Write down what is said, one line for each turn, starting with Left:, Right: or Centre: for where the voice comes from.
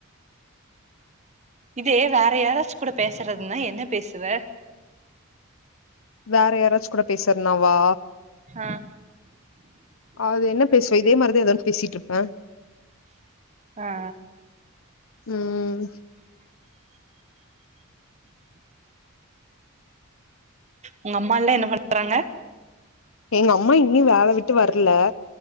Right: இதே வேற யாராச்சு கூட பேசுறதுன்னா என்ன பேசுவ
Left: வேற யாராச்சுகூட பேசுறனாவா
Right: ஆ
Left: அது என்ன பேசுவ இதே மாதிரிதான் ஏதன்னு பேசிட்டு இருப்பேன்
Right: ஆ
Left: ம்
Right: உங்க அம்மால்லா என்ன பண்றாங்க
Left: எங்க அம்மா இன்னு வேல விட்டு வரல